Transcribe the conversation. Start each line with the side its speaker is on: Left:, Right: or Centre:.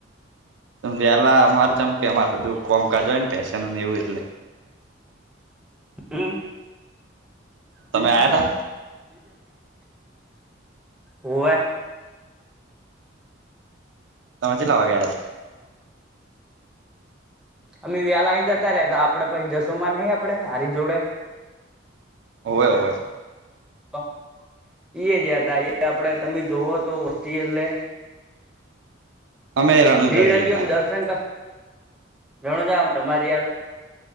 Right: વેહલા અમારે ચમકે અમારે બધું કોમકાજ હોય ને પેશનને એવું એટલે
Centre: હમ
Right: તમે આયા હતા
Centre: <inaudible> ઓવે
Right: સમજ લાવવા ગયા છે
Centre: અમે વ્યાલા જતા રે તો આપડે પછી જશોમાં નહી આપડે હારી જોડે.
Right: હોવે હોવે
Centre: અ એજ હતા એ એ આપડે તમે જોવોઓ તો વસ્તી એટલે
Right: અમે રણુજા
Centre: ભીડ
Right: જઈને
Centre: હતી
Right: આયા
Centre: એમ દર્શન કર જણો જાાવ તમારી યાર.